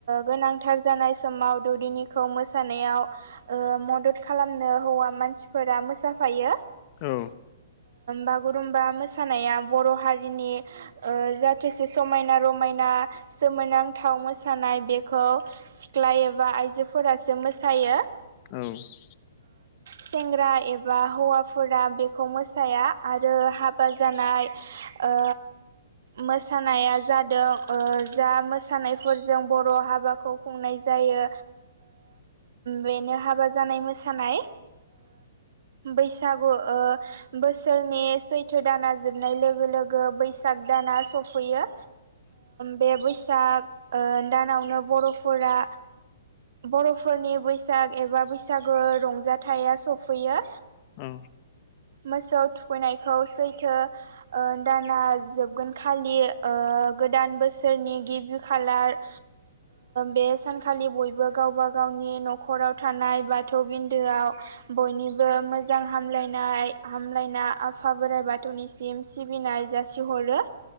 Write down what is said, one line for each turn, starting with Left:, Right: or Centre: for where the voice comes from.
Right: गोनांथार जानाय समाव दौदिनि खौ मोसानायाव मदद खालामनो हौवा मानसिफोरा मोसाफायो
Left: औ
Right: बागुरुमबा मोसानाया बर' हारिनि जाथोसे समायना रमायना सोमोनांथाव मोसानाय बेखौ सिख्ला एबा आइजोफोरासो मोसायो
Left: औ
Right: सेंग्रा एबा हौवाफोरा बेखौ मोसाया आरो हाबा जानाय ओ मोसानाया जादों जा मोसानायफोरजों बर' हाबा खौ खुंनाय जायो बेनो हाबा जानाय मोसानाय बैसागु ओ बोसोरनि सैथो दाना जोबनाय लोगो लोगो बैसाग दाना सफैयो बे बैसाग दानावनो बर'फोरा बर'फोरनि बैसाग एबा बैसागो रंजाथाइया सफैयो
Left: औ
Right: मोसौ थुखैनायखौ सैथो दाना जोबगोन खालि गोदान बोसोरनि गिबि खालार बे सानखालि बयबो गावबा गावनि न'खराव थानाय बाथौ बिन्दोआव बयनिबो मोजां हामलायनाय हामलायना आफा बोराइ बाथौनिसिम सिबिनाय जासिहरो